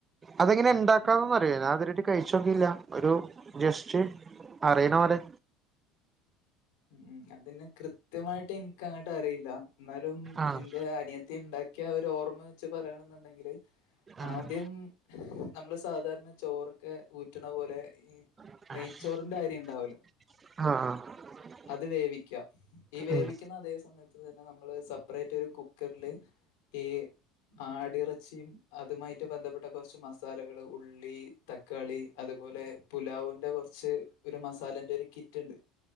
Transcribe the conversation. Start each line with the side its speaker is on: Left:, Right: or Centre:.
Right: അതെങ്ങെനെ ഇണ്ടാക്കണംന്നറിയോ
Left: ഉം.
Right: ഞാൻ ഇതെരേയ്ട്ട് കെഴ്ച്ചോക്കീല്ലാ ഒരു ജെസ്റ്റ് അറീണെ പോലെ
Left: ഉം അതന്നെ കൃത്യമായ്ട്ട് എനിക്കങ്ങട്ട് അറിയില്ല ന്നാലും
Right: ആഹ്
Left: എന്റെ അനിയത്തി ഇണ്ടാ ക്ക്യാ ആ ഒര് ഓർമ്മ വെച്ച് പറയണംന്ന്ണ്ടെങ്കില്
Right: ആഹ്
Left: ആദ്യം നമ്മള് സാധാര്ണ ചോറൊക്കെ ഊറ്റ്ണ പോലെ ഈ
Right: ആഹ്
Left: നെയ്ച്ചോറിന്റെ അരി
Right: ആഹ്
Left: ഇണ്ടാവല്ലോ
Right: ആഹ്
Left: അത് വേവിയ്ക്ക ഈ വേവിയ്ക്ക്ന്ന
Right: ഉം
Left: അതേ സമയത്ത് തന്നെ നമ്മള് സപ്പ്റേറ്റാെരു കുക്കർല് ഈ ആടിറച്ചിയും അതുമായിട്ട് ബന്ധപ്പെട്ട കാെർച്ച് മസാലകള് ഉള്ളീ തക്കാളി അതുപോലെ പുലാവ്ന്റെ കാെർച്ച് ഒരു മസാലെന്റെ ഒര് കിറ്റ്ണ്ട്